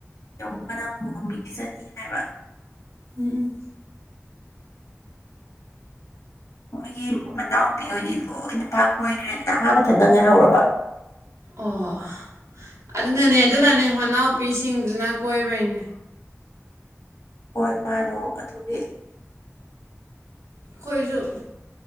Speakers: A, on the left (about 70°); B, on the right (about 70°).
A: ꯌꯧꯕꯒ ꯅꯪ ꯑꯃꯨ ꯅꯝꯕꯤꯈꯤ ꯆꯅꯤ ꯍꯥꯏꯕ
B: ꯎꯝ
A: ꯃꯣꯏꯒꯤ ꯃꯅꯥꯎꯄꯤ ꯑꯣꯏꯗꯤ ꯂꯣꯏ ꯅꯨꯄꯥ ꯀꯣꯏꯈ꯭ꯔꯦ ꯅꯍꯥ ꯃꯊꯟ ꯅꯪ ꯉꯥꯏꯍꯔꯕ
B: ꯑꯣ ꯑꯗꯨꯅꯅꯦ ꯑꯗꯨꯅꯅꯦ ꯃꯅꯥꯎꯄꯤꯁꯤꯡꯗꯨꯅ ꯀꯣꯏꯕꯩꯅꯦ
A: ꯍꯣꯏ ꯃꯥꯗꯣ ꯑꯗꯨꯒꯤ
B: ꯈꯣꯏꯁꯨꯛ